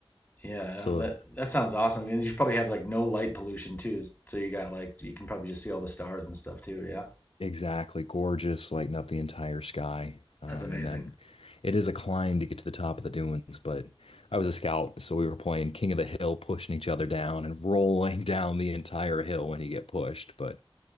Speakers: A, on the left; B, on the left.
A: yeah.
B: So
A: uh, That that sounds awesome. And you should probably have like no light pollution too, so you got like you can probably just see all the stars and stuff too. Yeah,
B: Exactly. Gorgeous, lighting up the entire sky. Um,
A: that's amazing.
B: and then it is a climb to get to the top of the dunes, but I was a scout, so we were playing King of the Hill, pushing each other down and <laughs> rolling down the entire hill when you get pushed. But